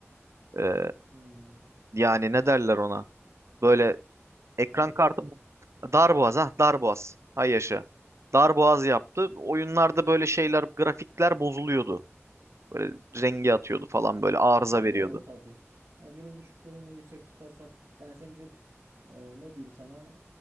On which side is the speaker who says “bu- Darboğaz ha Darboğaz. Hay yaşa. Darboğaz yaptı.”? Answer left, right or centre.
Right